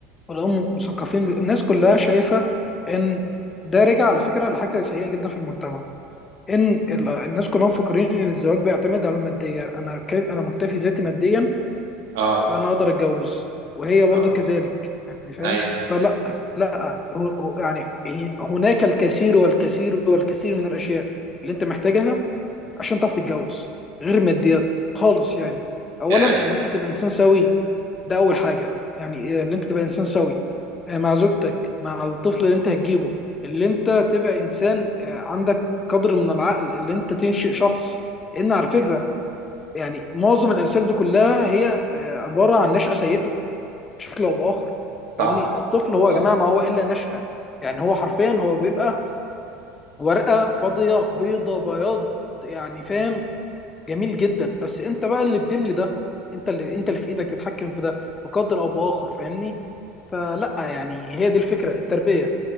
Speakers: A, on the left (about 25°); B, on the right (about 75°).
A: والام مثقفين ب- الناس كلها شايفة ان ده رجع على فكرة لحاجة سيئة جدا في المجتمع ان ال- الناس كلها مفكرين ان الزواج بيعتمد على المادية انا ك... انا مكتفي ذاتي ماديا
B: اه
A: فانا اقدر اتجوز وهي برضو
B: اه
A: كذلك يعني فاهم
B: ايوه
A: فلا لا هو هو- يعني هي- هناك الكثير والكثير والكثير من الاشياء اللي انت محتاجها عشان تعرف تتجوز غير ماديات خالص يعني اولا
B: دي حقيقة
A: ان انت تبقى انسان سوي ده اول حاجه يعني إيه؟ ان انت تبقى انسان سوي آه، مع زوجتك مع الطفل اللي انت هتجيبه اللي انت تبقى انسان آه، عندك قدر من العقل اللي انت تنشئ شخص لان على فكره يعني معظم الامثال دي كلها هي آه، عباره عن نشأة سيئه بشكل او باخر
B: صح
A: فاهمني الطفل هو
B: صح
A: يا جماعه ما هو الا نشأة يعني هو حرفيا هو بيبقى ورقه فاضيه بيضه بياض يعني فاهم جميل جدا بس انت بقى اللي بتملي ده انت اللي انت اللي في ايدك تتحكم في ده بقدر او باخر فاهمني فلا يعني هي دي الفكره التربيه